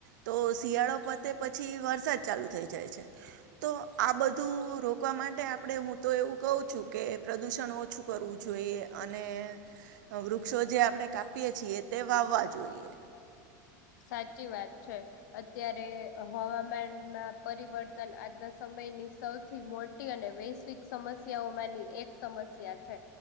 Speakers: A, on the right; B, on the left.
A: તો શિયાળો પતે પછી વરસાદ ચાલુ થઈ જાય છે તો આ બધું રોકવા માટે આપણે હું તો એવું કઉ છું કે પ્રદુષણ ઓછું કરવું જોઈએ અને વૃક્ષો જે આપણે કાપીએ છીએ તે વાવવા જોઈએ
B: હ <inaudible> સાચી વાત છે અત્યારે હવામાનમાં પરિવર્તન આજના સમય ની સૌથી મોટી અને વૈશ્વિક સમસ્યાઓમાંની એક સમસ્યા છે